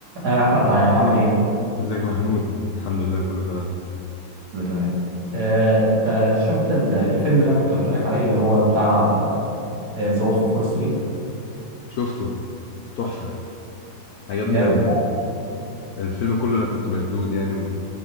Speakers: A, on the right; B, on the left.
A: يا احمد عامل ايه
B: ازيك يا محمود الحمد لله كله تمام
A: ده تمام آه، انت شفت ال- الفيلم اللي انا كنت قلت لك عليه اللي هو بتاع ذا وولف اوف فول ستريت
B: شفته تحفة عجبني
A: جامد
B: قوي الفيلم كله انا كنت مشدود يعني